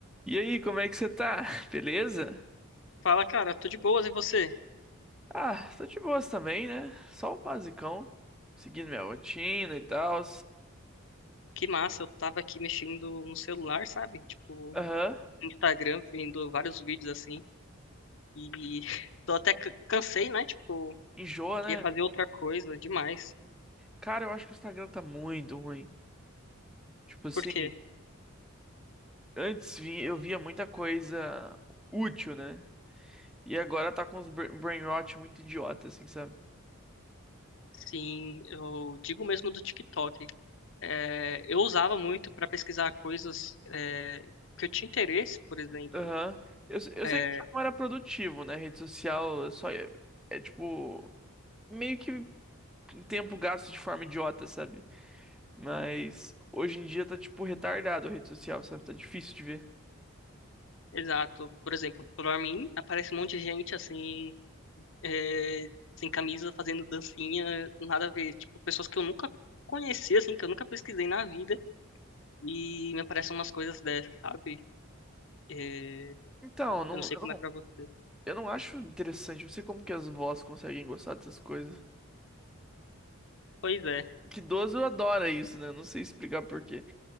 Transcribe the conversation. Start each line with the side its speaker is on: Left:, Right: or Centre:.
Centre: E aí, como é que você tá? <laughs> Beleza?
Left: Fala, cara, tô de boas e você?
Centre: Ah, tô de boas também, né? Só o basicão, seguindo minha rotina e tal.
Left: Que massa, eu tava aqui mexendo no celular, sabe? Tipo,
Centre: Aham,
Left: no Instagram, vendo vários vídeos assim. E <laughs> tô até ca- cansei, né? Tipo,
Centre: enjoa,
Left: queria
Centre: né?
Left: fazer outra coisa demais.
Centre: Cara, eu acho que o Instagram tá muito ruim. Tipo assim,
Left: Por quê?
Centre: antes vi- eu via muita coisa útil, né? E agora tá com uns bra- brain rot muito idiota, assim, sabe?
Left: Sim, eu digo mesmo do TikTok. É, eu usava muito pra pesquisar coisas é, que eu tinha interesse, por exemplo.
Centre: Aham. Eu, se- eu
Left: É,
Centre: sei que não era produtivo, né? Rede social é só é, é tipo meio que tempo gasto de forma idiota, sabe? Mas hoje em dia tá, tipo, retardado a rede social, sabe? Tá difícil de ver.
Left: exato. Por exemplo, pra mim, aparece um monte de gente assim. é, sem camisa, fazendo dancinha, nada a ver. Tipo, pessoas que eu nunca conheci, assim, que eu nunca pesquisei na vida, e me aparecem umas coisas dessas, sabe? É,
Centre: Então, não,
Left: eu não sei
Centre: eu
Left: como
Centre: não,
Left: é pra você.
Centre: eu não acho interessante. Não sei como que as vós conseguem gostar dessas coisas.
Left: Pois é.
Centre: Que idoso adora isso, né? Não sei explicar por quê.